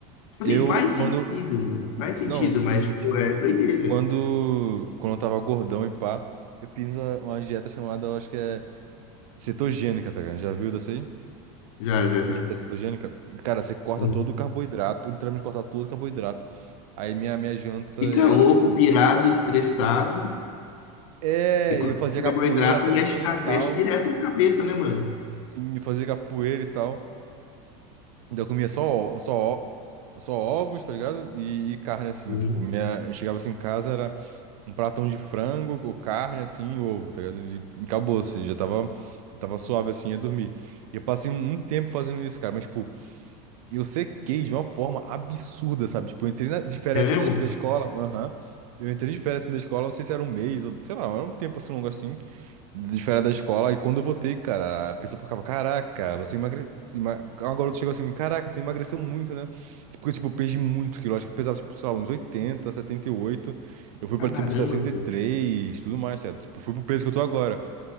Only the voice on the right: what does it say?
Eu,
quando.
Não, sim,
sim.
Quando, quando eu tava gordão e pá, eu fiz uma, uma dieta chamada, eu acho que é. Cetogênica, tá ligado? Já viu dessa aí?
Dieta cetogênica? Cara, você corta
todo o carboidrato, eu literalmente corta todo o carboidrato. Aí minha, minha janta
era
tipo.
É,
e eu fazia
capoeira
também
e tal.
Sim, eu fazia capoeira e tal. Então eu comia só, ó- só, ó- só ovos, tá ligado? E, e carne assim.
Tipo, minha, eu chegava assim em casa, era um pratão de frango, ou carne assim, e ovo, tá ligado? E acabou, assim, já tava, tava suave assim, ia dormir. E eu passei um tempo fazendo isso, cara, mas, tipo. eu sequei de uma forma absurda, sabe? Tipo, eu entrei na, de férias
assim, na- da escola, aham. Eu entrei de férias assim, da escola, não sei se era um mês ou, sei lá, era um tempo assim longo assim, de férias da escola. E quando eu voltei, cara, a pessoa ficava, caraca, você emagreceu. Uma garota chegou assim, caraca, tu emagreceu muito, né? Porque, tipo, eu perdi muito quilo. Acho que eu pesava, tipo, sei lá, uns 80, 78. Eu fui
pra, tipo,
63, tudo mais, certo? Tipo, fui pro peso que eu tô agora.